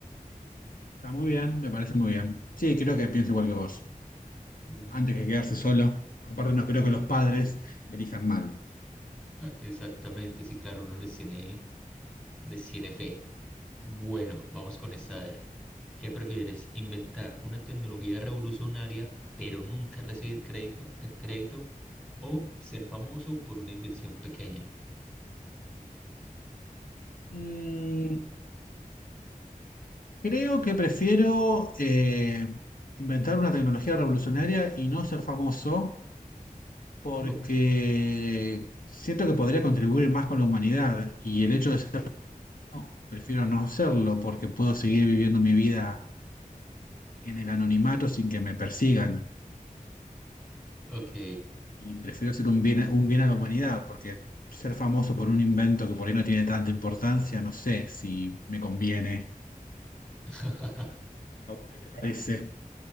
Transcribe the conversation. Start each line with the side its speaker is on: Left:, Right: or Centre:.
Left: Está muy bien, me parece muy bien. Sí, creo que pienso igual que vos.
Centre: Mm,
Left: antes que quedarse solo. Aparte, no creo que los padres elijan mal.
Centre: Exactamente, sí, claro, uno les tiene, les tiene fe. Bueno, vamos con esta. A ver, ¿qué prefieres? ¿Inventar una tecnología revolucionaria, pero nunca recibir crédito, ter- crédito? ¿O ser famoso por una invención pequeña?
Left: Mm, creo que prefiero eh, inventar una tecnología revolucionaria y no ser famoso porque
Centre: Ok.
Left: siento que podría contribuir más con la humanidad y el hecho de ser famoso, prefiero no serlo porque puedo seguir viviendo mi vida en el anonimato sin que me persigan
Centre: Ok.
Left: y prefiero ser un bien, un bien a la humanidad porque ser famoso por un invento que por ahí no tiene tanta importancia, no sé si me conviene.
Centre: <laughs>
Left: ¿A vos qué te parece?